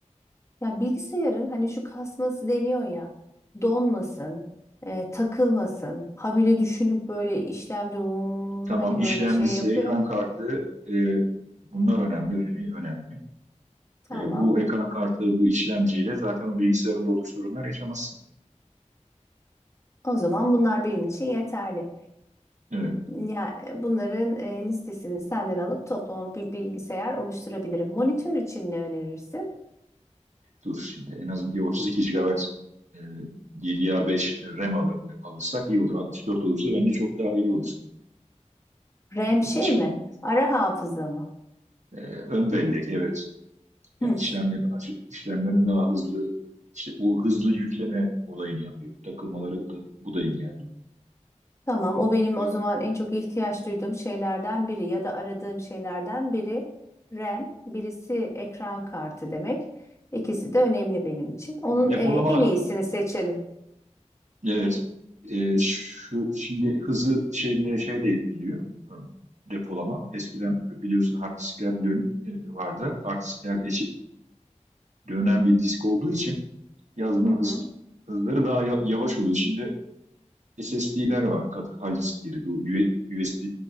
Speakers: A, on the left (about 25°); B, on the right (about 75°).
A: Ya bilgisayarın hani şu kasması deniyor ya. Donmasın, e, takılmasın. Habire düşünüp böyle işlemci "Hmm,"
B: Tamam,
A: hani
B: işlemcisi,
A: böyle şey yapıyor.
B: ekran kartı e, bunlar
A: Hı,
B: önemli, RAM'i önemli.
A: tamam.
B: E, bu ekran kartı, bu işlemciyle zaten o bilgisayarında o tür sorunlar yaşamazsın.
A: O zaman bunlar benim için yeterli.
B: Evet.
A: Ya e, bunların e, listesini senden alıp toplama bir bilgisayar oluşturabilirim. Monitör için ne önerirsin?
B: Dur şimdi en az bir 32 GB e, DDR5 RAM alı- alırsak iyi olur. altmış dört olursa bence çok daha iyi olur.
A: RAM
B: E,
A: şey
B: beş
A: mi?
B: bin
A: Ara hafıza mı?
B: e, ön bellek evet. Yani
A: Hı.
B: işlemlerin işlemlerin daha hızlı işte o hızlı yükleme olayını yapıyor. Takılmaları da, bu da engelliyor.
A: Tamam, o benim
B: E,
A: o zaman en çok ihtiyaç duyduğum şeylerden biri ya da aradığım şeylerden biri RAM, birisi ekran kartı demek. İkisi de önemli benim için. Onun
B: depolama
A: e, en iyisini seçelim.
B: evet E, şu şimdi hızı şeyine şey de etkiliyor. E, Depolama. Eskiden biliyorsun hard diskler e, vardı. Hard diskler eşi, dönen bir disk olduğu için yazma
A: Hı hı.
B: hız, hızları daha ya- yavaş oluyor. Şimdi SSD'ler var, katı hal diskleri, bu U- USB